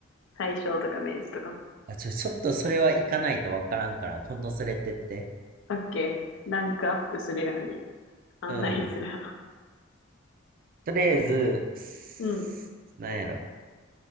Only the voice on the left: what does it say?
大正とか明治とかの。
オッケー。ランクアップするように案内するわ。
うん、